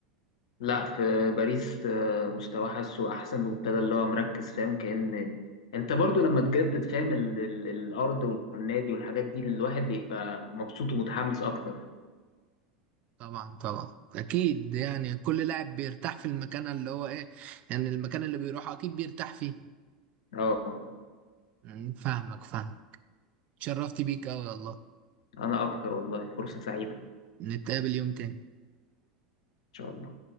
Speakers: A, on the left; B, on the right.
A: لا في باريس آه، مستواه حاسه أحسن وابتدى اللي هو مركز فاهم كأن أنت برضو لما تجدد فاهم ال... ال... الأرض والنادي والحاجات دي الواحد بيبقى مبسوط ومتحمس أكتر
B: طبعا طبعا اكيد يعني كل لاعب بيرتاح في المكان اللي هو ايه يعني المكان اللي بيروحه اكيد بيرتاح فيه
A: أه
B: مم، فاهمك فاهم اتشرفت بيك قوي والله
A: أنا أكتر والله فرصة سعيدة إن
B: نتقابل يوم تاني
A: شاء الله